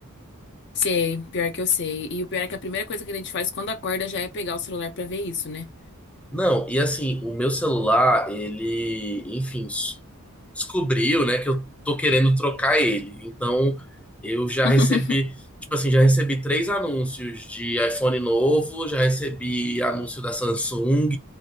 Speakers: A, on the left; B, in the centre.
A: Sei, pior que eu sei. E o pior é que a primeira coisa que a gente faz quando acorda já é pegar o celular pra ver isso, né?
B: Não, e assim, o meu celular, ele. Enfim, descobriu, né, que eu tô querendo trocar ele. Então, eu já
A: <laughs>
B: recebi, tipo assim, já recebi três anúncios de iPhone novo, já recebi anúncio da Samsung,